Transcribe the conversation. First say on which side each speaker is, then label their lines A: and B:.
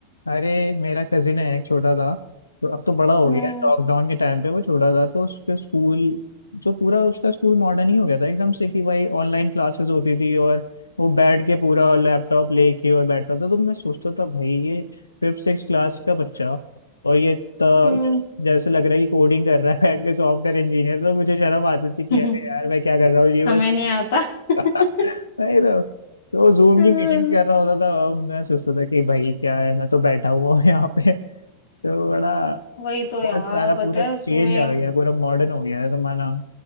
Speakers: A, on the left (about 80°); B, on the left (about 60°).
A: अरे मेरा कजिन है एक छोटा था तो अब तो बड़ा हो
B: हम्म
A: गया है लॉकडाउन के टाइम पे वो छोटा था तो उसके स्कूल जो पूरा उसका स्कूल मॉडर्न ही हो गया था एकदम से कि भाई ऑनलाइन क्लासेस होती थी और वो बैठ के पूरा लैपटॉप लेके और बैठता था तो मैं सोचता था भाई ये फिफ्थ सिक्स क्लास का बच्चा और ये तो
B: हम्म
A: जैसे लग रहा है कि कोडिंग कर रहा है <laughs> बैठ के सॉफ्टवेयर इंजीनियर तो मुझे शर्म आती थी कि
B: <laughs>
A: अरे यार मैं क्या कर रहा हूँ ये
B: हमें नहीं आता <laughs>
A: नहीं तो तो जूम
B: हम्म।
A: की मीटिंग्स कर रहा होता था अब मैं सोचता था कि भाई क्या है मैं तो बैठा हुआ हूँ <laughs> यहाँ पे तो बड़ा
B: वही तो
A: बहुत
B: यार
A: सारा
B: पता
A: पूरा
B: है
A: चेंज
B: उसमें
A: आ गया पूरा मॉडर्न हो गया है जमाना